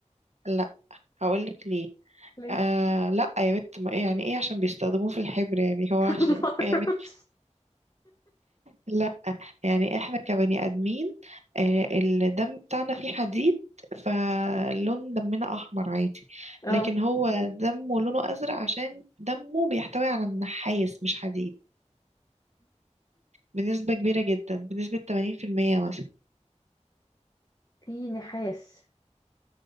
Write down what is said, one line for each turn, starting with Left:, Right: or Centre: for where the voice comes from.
Right: لا هقولك ليه
Left: ليه
Right: آه لا يا بنت ما إيه يعني ايه عشان بيستخدموه في الحبر يعني هو
Left: <laughs>
Right: عشان
Left: معرفش
Right: <laughs> يعني لا يعني احنا كبني ادمين آه، الدم بتاعنا فيه حديد فلون دمنا احمر عادي
Left: اه
Right: لكن هو دمه لونه ازرق عشان دمه بيحتوي على النحاس مش حديد بنسبة كبيرة جدا بنسبة 80% مثلا
Left: في نحاس